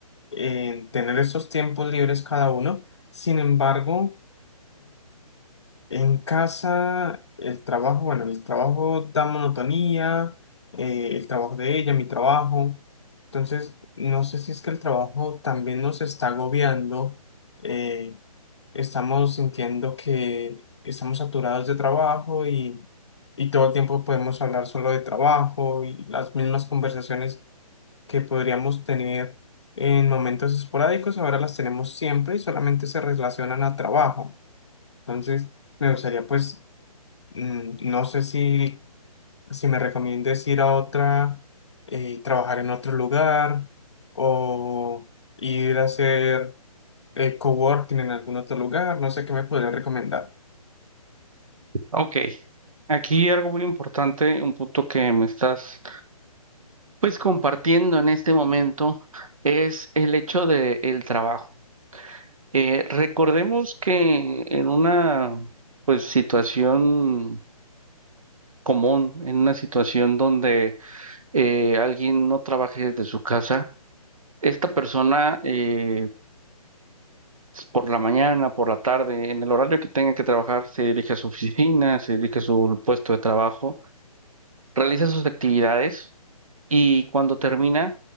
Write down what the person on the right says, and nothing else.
Ok, Aquí algo muy importante, un punto que me estás pues compartiendo en este momento es el hecho de el trabajo. Eh, recordemos que en una pues situación común, en una situación donde eh, alguien no trabaje desde su casa, esta persona eh, por la mañana, por la tarde, en el horario que tenga que trabajar, se dirige a su oficina, se dirige a su puesto de trabajo, realiza sus actividades y cuando termina,